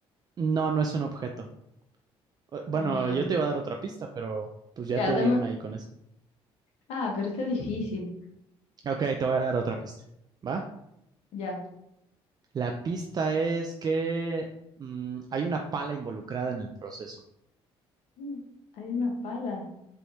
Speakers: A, on the right; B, on the left.
A: No, no es un objeto. Eh, Bueno,
B: Mm,
A: yo te iba a dar otra pista, pero pues
B: ya,
A: ya te
B: dame.
A: di una ahí con eso.
B: Ah, pero está difícil.
A: Ok, te voy a dar otra pista. ¿Va?
B: Ya.
A: La pista es que mm, hay una pala involucrada en el proceso.
B: Mm, Hay una pala.